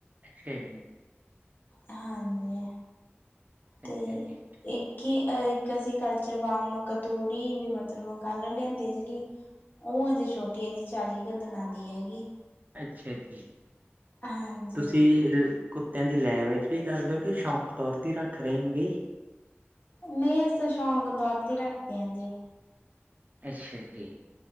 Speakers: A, on the right; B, on the left.
A: ਛਾ ਜੀ।
B: ਹਾਂਜੀ। 'ਤੇ
A: ਅੱਛਾ ਜੀ,
B: ਈ ਕਿ ਇੱਕ ਅਸੀਂ ਕਲਚਰ ਬਾਮ, ਕਤੂਰੀ ਵੀ ਮਤਲਬ ਕੱਲ ਲਿਆਂਦੀ ਜਿਹੜੀ ਉਹ ਹਜੇ ਛੋਟੀ ਏ ਜੀ, ਚਾਲੀ 'ਕ ਦਿਨਾਂ ਦੀ ਐਗੀ।
A: ਅੱਛਾ ਜੀ,
B: ਹਾਂਜੀ
A: ਤੁਸੀਂ ਕੁੱਤਿਆਂ ਦੀ ਲੈ ਵਿੱਚ ਵੀ ਕਰਦੇਓਗੇ, ਸ਼ੌਕ ਤੌਰ 'ਤੇ ਰੱਖ ਰੇ ਹੋਗੇ?
B: ਨਈ, ਅਸੀਂ ਤ ਸ਼ੌਕ ਤੌਰ 'ਤੇ ਰੱਖਦੇ ਆ ਜੀ।
A: ਅੱਛਾ ਜੀ।